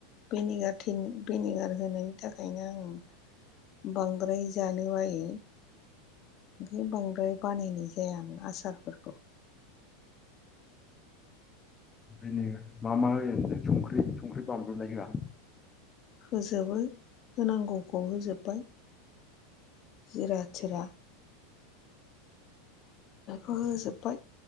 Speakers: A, on the left; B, on the left.
A: भिनिगार थिन भिनिगार होनायनि थाखायनो आङो बांद्राय जानो बायो। ओंखायनो बांद्राय बानायनाय जाया आं आसारफोरखौ।
B: बेनो मा मा होयो होनदों संख्रि संख्रि बानलुलाय होआ?
A: होजोबो होनांगौखौ होजोबबाय। जिरा थिरा। होजोब बाय।